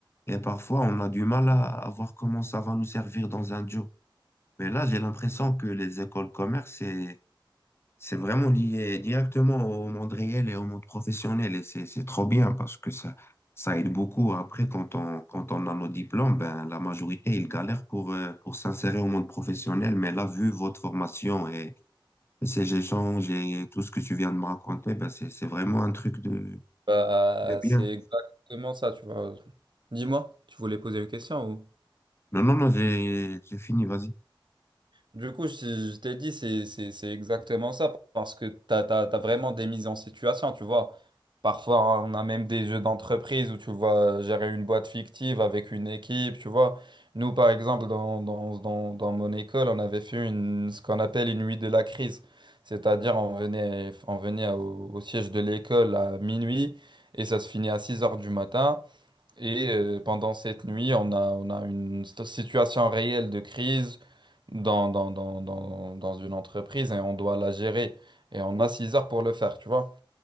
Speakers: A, on the left; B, on the right.
A: et parfois on a du mal à, à voir comment ça va nous servir dans un job. Mais là, j'ai l'impression que les écoles commerce, c'est C'est vraiment lié directement au monde réel et au monde professionnel et c'est c'est trop bien parce que ça ça aide beaucoup. Après, quand on quand on a nos diplômes, ben la majorité ils galèrent pour euh, pour s'insérer au monde professionnel. Mais là, vu votre formation et, et ces échanges et tout ce que tu viens de me raconter, ben c'est c'est vraiment un truc de
B: Bah,
A: de
B: c'est
A: bien.
B: exactement ça, tu vois. Dis-moi, tu voulais poser une question ou?
A: Non non non, j'ai j'ai fini. Vas-y.
B: Du coup, je, je t'ai dit, c'est c'est- c'est exactement ça, parce que t'as, t'as, t'as vraiment des mises en situation, tu vois. Parfois, on a même des jeux d'entreprise où tu vois gérer une boîte fictive avec une équipe, tu vois. Nous, par exemple, dans, dans, dans, dans mon école, on avait fait une, ce qu'on appelle une nuit de la crise. C'est-à-dire, on venait, on venait au, au siège de l'école à minuit et ça se finit à 6 heures du matin. Et euh, pendant cette nuit, on a, on a une sto- situation réelle de crise dans, dans, dans, dans, dans une entreprise et on doit la gérer. Et on a six heures pour le faire, tu vois.